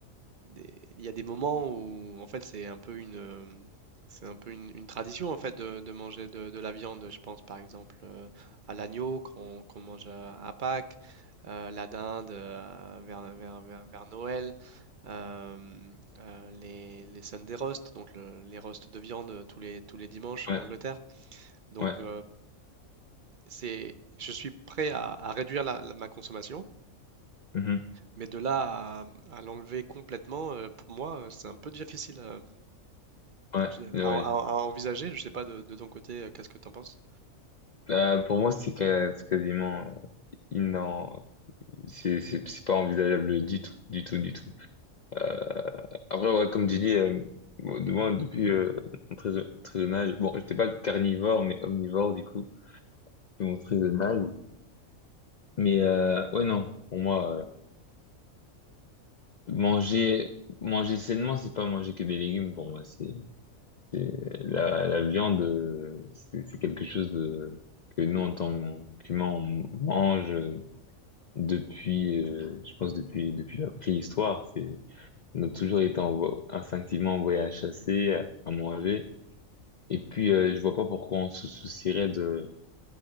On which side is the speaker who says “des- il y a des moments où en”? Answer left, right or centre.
Right